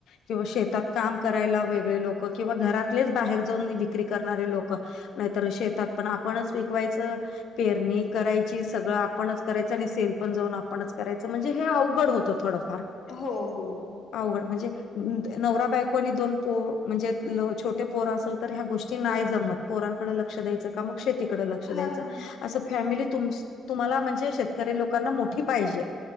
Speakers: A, on the left (about 75°); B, on the left (about 55°).
A: किंवा शेतात काम करायला वेगळे लोक किंवा घरातलेच बाहेर जाऊन विक्री करणारे लोक नाहीतर शेतात पण आपणच पिकवायचं. पेरणी करायची सगळं आपणच करायचं आणि सेल पण जाऊन आपणच करायचं म्हणजे हे अवघड होत हो. थोडा फर्क
B: हो हो.
A: आवड म्हणजे नवरा बायको आणि दोन पो म्हणजे छोटे पोर असेल तर ह्या गोष्टी नाही जमत पोरां लक्ष द्यायच का मग शेतीकडे लक्ष द्यायचं
B: हा ना
A: अस फॅमिली तुम्हाला म्हणजे शेतकरी लोकांना मोठी पाहिजे